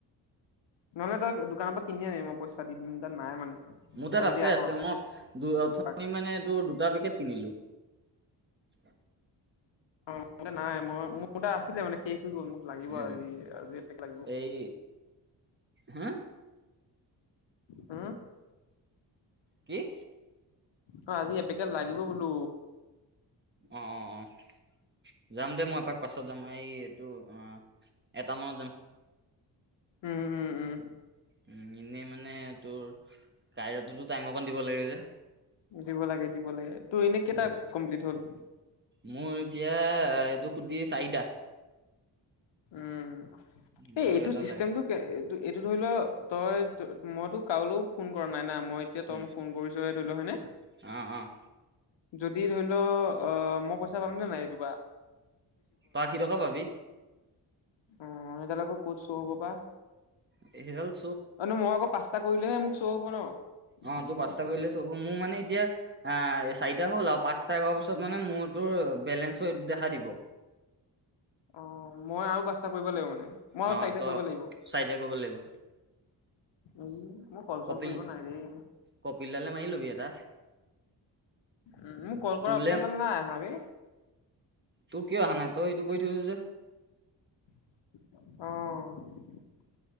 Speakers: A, on the left; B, on the right.
A: নহ'লে তই দোকানৰ পৰা কিনি আনিবি মই পইচা দি দিম তাত নাই মানে
B: মোৰ তাত
A: আৰু যদি
B: আছে
A: আহ
B: আছে মই ওথনি
A: এপাক
B: মানে ত দুটা পেকেট কিনিলো। এ
A: অ' নাই মই মোৰ। আছিলে মানে সেই গ'ল মোক লাগিব
B: উম
A: আজি আজি এপেকেট লাগিব
B: এই হা
A: হ
B: কি?
A: অ' আজি এপেকেটত লাগিব বোলো
B: অ' অ' অ' যাম দে মই এপাক পাছত মই এই এইটো অ' এটা মানত যাম।
A: উম, উম, উম,
B: উ এনেই মানে তোৰ তাইৰ তাতো টাইম অকণ দিব লাগে যে।
A: ব দিব লাগে দি লাগে তুৰ এনেই কেইটা
B: দিব।
A: কমপ্লিট হ'ল।
B: মোৰ এতিয়া এইটো সুধি চাৰিটা।
A: উম
B: উম,
A: এই
B: আৰু
A: এইটো
B: এটা
A: চিষ্টেমটো
B: লাগে।
A: এইটো এইটো ধৰি লোৱা। তই মইতো কাৰোলৈও ফোন কৰা নাই না মই এতিয়া
B: উম,
A: তই মোক ফোন কৰিছে ধৰি ল হয়নে?
B: অ', অ',
A: যদি ধৰি ল আহ মই পইচা পামনেে নাই এইটোপা
B: তই আশী টকা পাবি।
A: অ এতিয়া জানো ক'ত শো হ'ব বা?
B: স গাল <unintelligible>
A: আৰু মই আকৌ পাঁচটা কৰিলেহে মোক শ্ব' হ'ব ন?
B: অ', তোৰ পাঁচটা কৰিলে চব মোৰ মানে এতিয়া অ চাৰিটা হ'ল। পাঁচতা কৰা পাছত মানে মোৰ তোৰ বেলেঞ্চো দেখা দিব।
A: অ মই আৰু পাঁচটা কৰিব লাগিব মানে মই আৰু
B: অ',
A: চাৰিটা
B: তই
A: কৰিব লাগিব।
B: চাৰিটা কৰিব লাগিব।
A: উম মোক কল
B: কপিল
A: চল কৰিব নাই দেই
B: কপিলদালে মাৰি ল'বি এটা
A: উ মোক কল
B: তোৰলে
A: কৰা অপচনডাল নাই বেই।
B: তোৰ কিয় আহা নাই তই এইটো কৰি থৈছ যে।
A: অহ